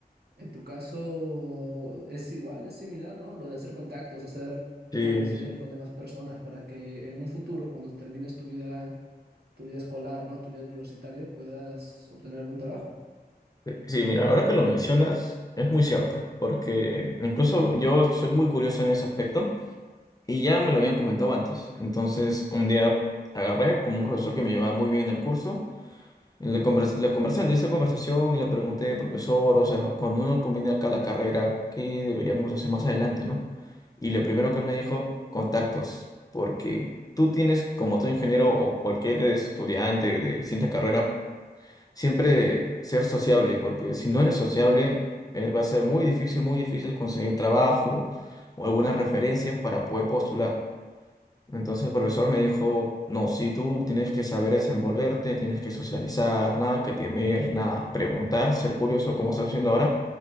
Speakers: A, on the right (about 75°); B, on the left (about 20°).
A: en tu caso es igual, es similar, ¿no? Lo de hacer contactos, hacer
B: Sí,
A: conexiones con demás personas para que en un futuro, cuando termines tu vida, tu vida escolar, ¿no? Tu vida universitaria, puedas obtener algún trabajo.
B: sí, sí, mira, ahora que lo mencionas, es muy cierto, porque incluso yo soy muy curioso en ese aspecto y ya me lo habían comentado antes. Entonces, un día agarré con un profesor que me llevaba muy bien en el curso En la convers- la conversando, hice conversación y le pregunté, profesor, o sea, cuando uno combina acá la carrera, ¿qué deberíamos hacer más adelante, no? Y lo primero que él me dijo, contactos, porque tú tienes, como todo ingeniero o cualquier estudiante de distinta carrera, siempre ser sociable, porque si no eres sociable, eh, va a ser muy difícil, muy difícil conseguir trabajo o algunas referencias para poder postular. Entonces el profesor me dijo, no, si tú tienes que saber desenvolverte, tienes que socializar, nada que temer, nada, preguntar, ser curioso como estás haciendo ahora